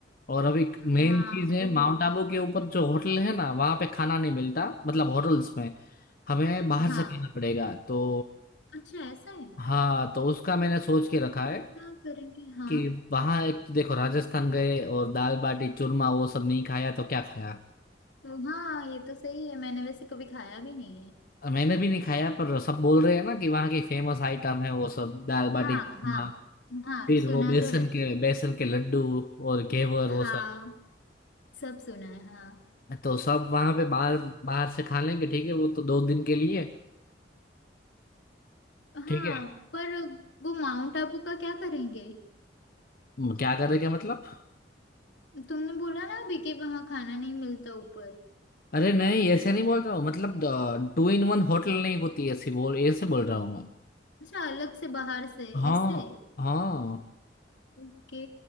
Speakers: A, on the left; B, on the left.
A: और अभी
B: हाँ
A: मेन चीज है
B: वो
A: माउंट
B: भी होगा
A: आबू के ऊपर जो होटल है ना वहां पे खाना नहीं मिलता मतलब होटल्स में हमें बाहर
B: हाँ
A: से खाना पड़ेगा तो
B: अच्छा ऐसा है
A: हाँ तो उसका मैंने सोच के रखा
B: तो
A: है
B: क्या करेंगे हाँ
A: कि वहाँ एक तो देखो राजस्थान गए और दाल बाटी चूरमा वो सब नहीं खाया तो क्या खाया
B: तो हाँ ये तो सही है मैंने वैसे कभी खाया भी नहीं है
A: मैंने भी नहीं खाया पर सब बोल रहे हैं ना कि वहाँ की फेमस आइटम है वो सब दाल बाटी
B: हाँ
A: चूरमा
B: हाँ हाँ
A: फिर
B: सुना
A: वो बेसन
B: तो है
A: के बेसन के लड्डू और घेवर वो
B: हाँ
A: सब
B: सब सुना है हाँ
A: तो सब वहां पे बाहर बाहर से खा लेंगे ठीक है वो तो दो दिन के लिए
B: हाँ
A: ठीक है
B: पर वो माउंट आबू का क्या करेंगे
A: हम्म, क्या करेंगे मतलब
B: तुमने बोला ना अभी कि वहाँ खाना नहीं मिलता ऊपर
A: अरे नहीं ऐसे नहीं बोल रहा हूँ मतलब टू इन वन होटल नहीं होती ऐसी बोल ऐसे बोल रहा हूँ मैं
B: अच्छा अलग से बाहर से
A: हाँ
B: ऐसे
A: हाँ
B: ओके